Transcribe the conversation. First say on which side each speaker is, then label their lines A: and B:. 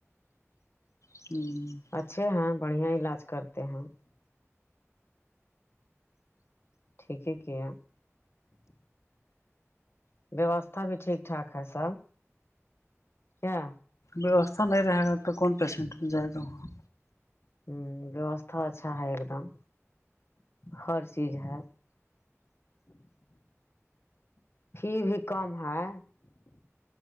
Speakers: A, on the left; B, on the left.
A: ہمم
B: اچھے ہیں بڑھیا علاج کرتے ہیں ٹھیک ہے کیا ویوستھا بھی ٹھیک ٹھاک ہے سب کیا
A: ویوستھا نہیں رہے گا تو کون پیشنٹ جائے گا وہاں
B: ہمم ویوستھا اچھا ہے ایک دم ہر چیز ہے فی بھی کم ہے